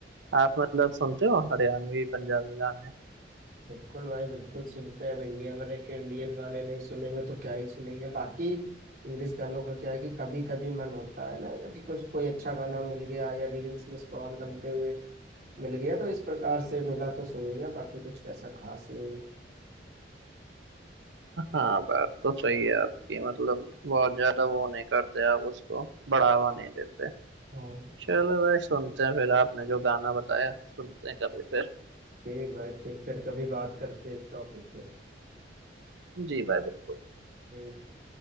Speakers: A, on the right (about 80°); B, on the right (about 50°).
A: आप मतलब सुनते हो हरियाणवी पंजाबी गाने
B: बिल्कुल भाई बिल्कुल सुनते हैं अब इंडिया में रह के इंडियन गाने नहीं सुनेंगे तो क्या ही सुनेंगे बाकी इंग्लिश गानों का क्या है कि कभी कभी मन होता है ना जब भी कुछ कोई अच्छा गाना मिल गया या रील्स में स्क्रॉल करते हुए मिल गया तो इस प्रकार से मिला तो सुन लिया बाकी कुछ ऐसा खास नहीं है।
A: हाँ बात तो सही है आपकी मतलब बहुत ज्यादा वो नहीं करते आप उसको बढ़ावा नहीं देते
B: हाँ
A: चलो भाई सुनते हैं फिर आपने जो गाना बताया सुनते हैं कभी फिर
B: ठीक भाई ठीक फिर कभी बात करते हैं इस टॉपिक पे
A: जी भाई बिल्कुल
B: ठीक